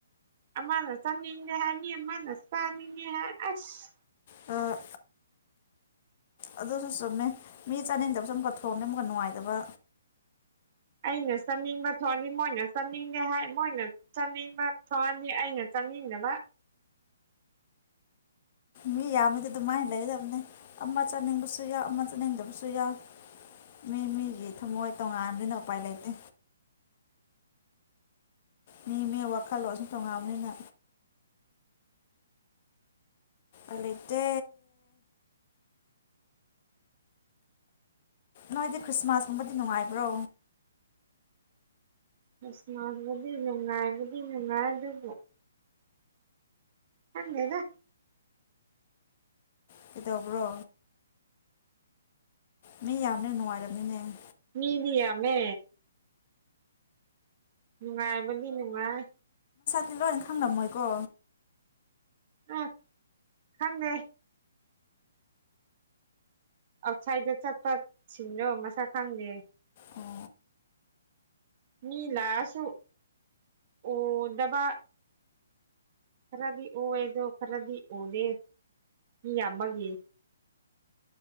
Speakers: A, on the right; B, on the left.
A: ꯑꯃꯅ ꯆꯥꯅꯤꯡꯉꯦ ꯍꯥꯏ ꯃꯤ ꯑꯃꯅ ꯆꯥꯅꯤꯡꯉꯦ ꯍꯥꯏ ꯑꯁ
B: ꯑ ꯑꯗꯨꯁꯨ ꯆꯨꯝꯃꯦ ꯃꯤ ꯆꯥꯅꯤꯡꯗꯕꯁꯨ ꯑꯃꯨꯛꯀ ꯊꯣꯡꯝꯅꯦ ꯑꯃꯨꯛꯀ ꯅꯨꯡꯉꯥꯏꯇꯕ
A: ꯑꯩꯅ ꯆꯥꯅꯤꯡꯕ ꯊꯣꯛꯑꯅꯤ ꯃꯣꯏꯅ ꯆꯥꯅꯤꯡꯗꯦ ꯍꯥꯏ ꯃꯣꯏꯅ ꯆꯥꯅꯤꯡꯕ ꯊꯣꯛꯑꯅꯤ ꯑꯩꯅ ꯆꯥꯅꯤꯡꯗꯕ
B: ꯃꯤ ꯌꯥꯝꯕꯗꯤ ꯑꯗꯨꯃꯥꯏꯅ ꯂꯩꯒꯗꯕꯅꯤ ꯑꯃ ꯆꯠꯅꯤꯡꯕꯁꯨ ꯌꯥꯎ ꯑꯃ ꯆꯠꯅꯤꯡꯗꯕꯁꯨ ꯌꯥꯎ ꯃꯤ ꯃꯤꯒꯤ ꯊꯃꯣꯏ ꯇꯣꯉꯥꯟꯕꯥꯟꯕꯅꯤꯅ ꯎꯄꯥꯏ ꯂꯩꯇꯦ ꯃꯤ ꯃꯤ ꯋꯥꯈꯜꯂꯣꯟꯁꯨ ꯇꯣꯉꯥꯟꯕꯅꯤꯅ꯫ ꯎꯄꯥꯏꯂꯩꯇꯦ꯫ ꯅꯣꯏꯗꯤ ꯈ꯭ꯔꯤꯁꯃꯥꯁꯀꯨꯝꯕꯗꯤ ꯅꯨꯡꯉꯥꯏꯕ꯭ꯔꯣ꯫
A: ꯑꯁ ꯁ꯭ꯅꯥꯕꯗꯤ ꯅꯨꯡꯉꯥꯏꯕꯗꯤ ꯅꯨꯉꯥꯏ ꯑꯗꯨꯕꯨ꯫ ꯈꯪꯗꯦꯗ꯫
B: ꯀꯩꯗꯧꯕ꯭ꯔꯣ꯫ ꯃꯤ ꯌꯥꯝꯅꯤꯅ ꯅꯨꯡꯉꯥꯏꯔꯝꯅꯤꯅꯦꯡ
A: ꯃꯤꯗꯤꯌꯥꯃꯦ꯫ ꯅꯨꯡꯉꯥꯏꯕꯗꯤ ꯅꯨꯡꯉꯥꯏ꯫
B: ꯇꯤ ꯂꯣꯏꯅ ꯈꯪꯂꯝꯃꯣꯏꯀꯣ꯫
A: ꯎ ꯈꯪꯗꯦ꯫ ꯑꯥꯎꯠꯁꯥꯏꯗ ꯆꯠꯄ ꯁꯤꯡꯅꯣ ꯃꯁꯛ ꯈꯪꯗꯦ꯫
B: ꯑꯣ
A: ꯃꯤꯂꯥꯑꯁꯨ ꯎꯗꯕꯥ꯫ ꯈꯔꯗꯤ ꯎꯋꯦꯗꯣ ꯈꯔꯗꯤ ꯎꯗꯦ ꯃꯤ ꯌꯥꯝꯕꯒꯤ꯫